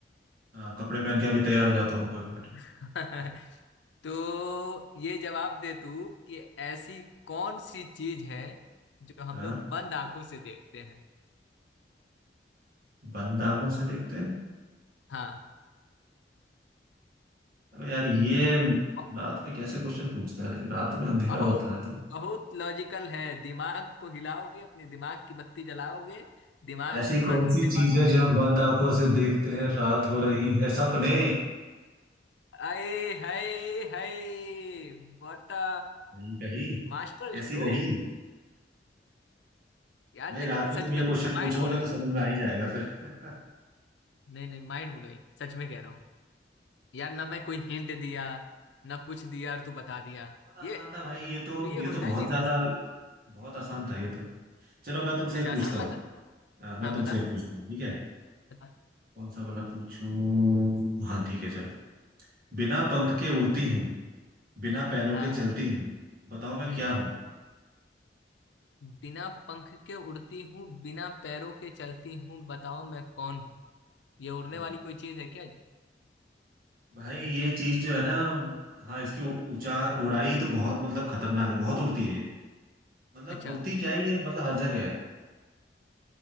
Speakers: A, on the right; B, on the left.
A: हाँ कपड़े पहन के अभी तैयार हो जाता हूँ रुको एक मिनट
B: <laughs> तो ये जवाब दे तू कि ऐसी कौन सी चीज है जो हम
A: हाँ?
B: लोग बंद आंखों से देखते हैं
A: बंद आंखों से देखते हैं
B: हाँ
A: अबे यार ये
B: ब-
A: रात में कैसे क्वेश्चन पूछता है रात में अंधेरा
B: बहुत
A: होता है तो
B: बहुत लॉजिकल है दिमाग को हिलाओगे अपने दिमाग की बत्ती जलाओगे दिमाग
A: ऐसी
B: पे
A: कौन
B: थोड़ा डंडे
A: सी चीज
B: मारोगे
A: है जो हम बंद आंखों से देखते हैं रात हो रही है सपने
B: आए हाय हाय बता
A: नहीं कही
B: Master
A: कैसी
B: stroke
A: रही
B: यार
A: भाई
B: लेकिन
A: रात में
B: सच
A: तुम ये
B: में
A: क्वेश्चन पूछोगे
B: माइंड ब्लोइंग
A: तो समझ में आ ही जाएगा फिर <laughs>
B: नहीं नहीं माइंड ब्लोइंग सच में कह रहा हूँ यार ना मैं कोई हिंट दिया ना कुछ दिया और तू बता दिया
A: बहुत
B: ये
A: आसान था भाई
B: मतलब
A: ये तो
B: ये
A: ये
B: होता
A: तो बहुत
B: है जीनियस
A: ज्यादा बहुत आसान था ये तो चलो मैं तुमसे
B: अच्छा
A: एक पूछता
B: आसान
A: हूँ
B: लगा
A: अ, मैं
B: हाँ
A: तुमसे
B: बता
A: एक पूछता हूँ ठीक है
B: बता
A: कौन सा वाला पूछूं हाँ ठीक है चलो बिना पंख के उड़ती हूँ बिना पैरों
B: हाँ
A: के चलती हूँ बताओ मैं
B: हम्म
A: क्या हूँ
B: बिना पंख के उड़ती हूँ बिना पैरों के चलती हूँ बताओ मैं कौन हूँ ये उड़ने
A: हाँ
B: वाली कोई चीज है क्या
A: भाई ये चीज जो है ना हाँ इसकी उ- ऊंचा उड़ाई तो बहुत मतलब खतरनाक है बहुत उड़ती है ये मतलब
B: अच्छा
A: उड़ती क्या है ये मतलब हर जगह है